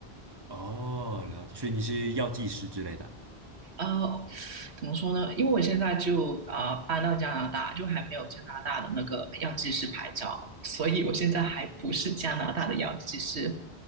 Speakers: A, on the right; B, on the right.
A: 哦，了解，所以你是药剂师之类的。
B: 呃，怎么说呢？因为我现在就啊、呃搬到加拿大，就还没有加拿大的那个药剂师牌照，所以我现在还不是加拿大的药剂师。